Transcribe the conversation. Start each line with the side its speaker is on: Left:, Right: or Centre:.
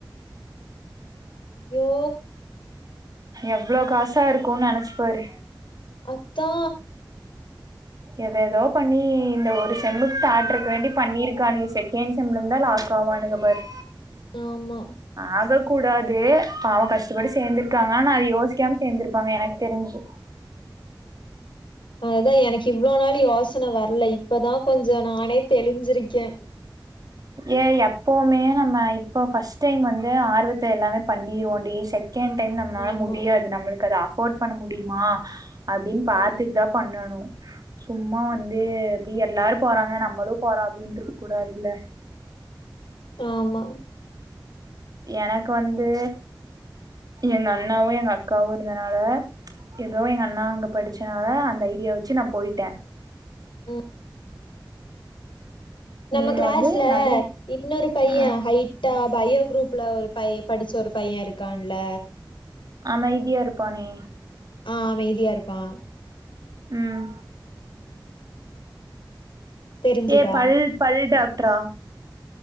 Left: ஐயோ
Right: எவ்ளோ காசா இருக்குனு நெனச்சு பாரு
Left: அத்தா
Right: எதேதோ பண்ணி இந்த ஒரு செம்முக்கு தாட்றக்கு வேண்டி பண்ணிருக்கானுங்க செ ஏன் செம்முல இருந்து தா லாஸ்ட் போவானுங்க பாரு
Left: ஆமா
Right: ஆகக்க கூடாது பாவ கஷ்டப்பட்டு சேரந்துருக்காங்க ஆனா அது யோசிக் கேம் சேந்திருப்பாங்க எனக்கு
Left: ஆமா
Right: தெரிஞ்சு
Left: அதுதா எனக்கு இவ்ளோ நாள் யோசனை வரல இப்பதா கொஞ்சோ நானே தெளிஞ்சிருக்கே
Right: ஏ எப்பவுமே நம்ம இப்போ ஃபர்ஸ்ட் டைம் வந்து ஆர்வத்த எல்லாமே பண்ணிருவோண்டி செகண்ட் டைம் நம்மளால
Left: ஆமா
Right: முடியாது நம்மளுக்கு அத அஃபோர்ட் பண்ண முடியுமா அப்டின்
Left: ம்
Right: பாத்துட் தா பண்ணணு சும்மா வந்து எப்டி எல்லாரு போறாங்க நம்மளு போறோ அப்படின்னு இருக்க கூடாதுல்ல
Left: ஆமா
Right: எனக்வந்து எங்க அண்ணாவு எங்க அக்காவு இருந்தனால ஏதோ எங்க அண்ணா அங்க படிச்சனால அந்த ஐடியா வச்சு நா போய்ட்டே
Left: ம் நம்ம
Right: நீங்க
Left: கிளாஸ்ல
Right: வந்து நல்ல
Left: இன்னொரு பையன்
Right: ஆ
Left: ஹை <unintelligible> பையோ குரூப்ல ஒரு பைய படிச்ச ஒரு பையன் இருக்கான்ல
Right: அமைதியா இருப்பானே
Left: ஆ அமைதியா இருப்பா
Right: ம்
Left: தெரிஞ்சுதா
Right: ஏ பல் பல் டாக்ட்ரா